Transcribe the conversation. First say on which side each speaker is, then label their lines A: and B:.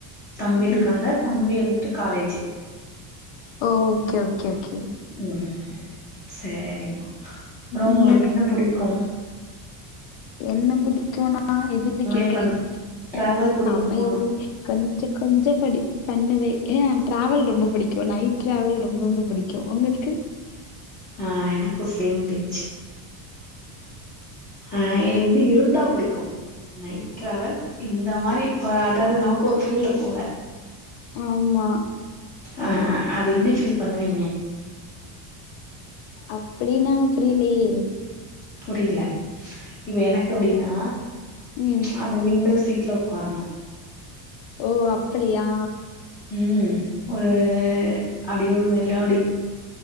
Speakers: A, on the left; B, on the left.
A: தம்பி இருக்காங்க
B: ம்
A: தம்பி வந்துட்டு காலேஜு
B: ஓ ஓகே ஓகே ஓக்கே
A: ம் சேரிமா அப்றோ
B: நீங்க
A: உங்களுக்கு என்ன புடிக்கும்
B: என்ன புடிக்குனா எதுல
A: சமையல்
B: கேக்குறே
A: பண்ண
B: <inaudible>
A: டிராவல் புடிக்குமா
B: சமையல் கொஞ்சோ கொஞ்சோ படி பண்ணுவே ஆ ட்ராவல் ரொம்ப புடிக்கு நைட் ட்ராவல் ரொம்ப ரொம்ப புடிக்கு <unintelligible> உங்களுக்கு
A: ஆ எனக்கு சேம் பிஞ்ச் அ எப்டி இருந்தா புடிக்கு நைட் ட்ராவல் இந்த மாரி அதாவது நமக்கு ஒரு ஃபீல் இருக்கும்ல
B: ஆமா
A: ஆ அது எப்டி ஃபீல் பண்ணுவீங்க
B: அப்டினா புரியலயே
A: புரியில இப்ப எனக்கு அப்டினா
B: ம்
A: அந்த விண்டோ சீட்ல உக்காரணு
B: ஓ அப்படியா
A: ம் ஒரு அப்டியே ஒரு மெலோடி